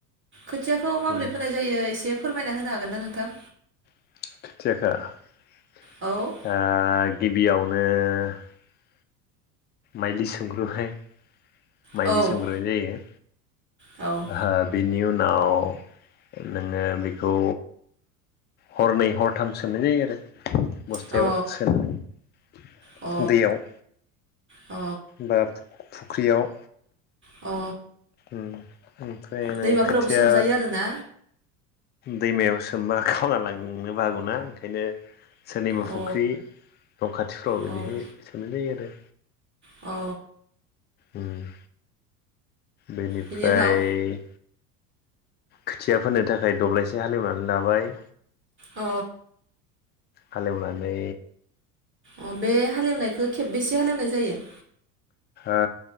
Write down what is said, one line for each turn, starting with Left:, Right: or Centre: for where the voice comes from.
Right: खोथियाखौ माबोरै
Left: उम
Right: फोनाय जायो एसे फोरमायना होनो हागोन ना नोंथां?
Left: <inaudible> ओ
Right: औ
Left: गिबियावनो ओ माइलि सोमग्रोहाय माइलि
Right: औ
Left: सोमग्रोनाय जायो।
Right: औ
Left: हा बि बिनि उनाव नोङो बेखौ हरनै हरथाम सोमनाय जायो आरो। बस्थायाबो
Right: अ
Left: सोनानै
Right: अ
Left: दैयाव
Right: अ
Left: बा फु-फु <inaudible> फुख्रियाव
Right: अ
Left: उम ओमफ्राय नों
Right: दैमाफोरावबो
Left: खोथिया
Right: सोमजायो आरोना
Left: दैमायाव सोमबा खावना लांनोबो हागौना ओंखायनो सोरनिबा
Right: अ
Left: फुख्रि न खाथिफ्राव बिदिहाय
Right: अ
Left: सोमनाय जायो आरो
Right: अ
Left: उम बेनिफ्राय
Right: बिनि उनाव
Left: खोथिया फोनो थाखाय दब्लायसे हालहेवनानै लाबाय।
Right: अ
Left: हाल एवनानै
Right: अ बे हाल हेवनायखो खेबबैसो हालेवनाय जायो?
Left: ओ